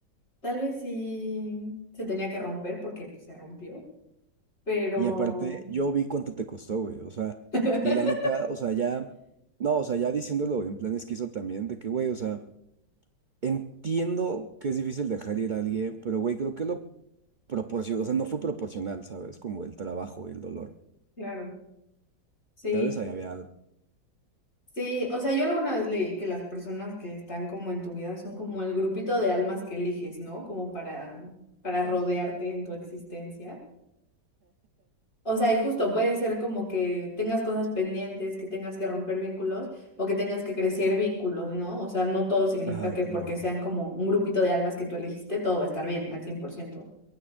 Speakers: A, on the left (about 35°); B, on the right (about 55°).
A: Tal vez sí se tenía que romper porque pues, se rompió. pero
B: Y aparte, yo vi cuánto te costó, güey. O sea,
A: <laughs>
B: y la neta, o sea, ya, no, o sea, ya diciéndolo en plan esquizo también, de que, güey, o sea, entiendo que es difícil dejar ir a alguien, pero, güey, creo que lo proporcionó, o sea, no fue proporcional, ¿sabes? Como el trabajo y el dolor.
A: claro, sí,
B: Tal vez ahí había algo.
A: sí, o sea, yo alguna vez leí que las personas que están como en tu vida son como el grupito de almas que eliges, ¿no? Como para, para rodearte en tu existencia. O sea, y justo puede ser como que tengas cosas pendientes, que tengas que romper vínculos o que tengas que crecer vínculos, ¿no? O sea, no todo significa
B: Ah,
A: que
B: claro.
A: porque sean como un grupito de almas que tú elegiste, todo va a estar bien al 100%.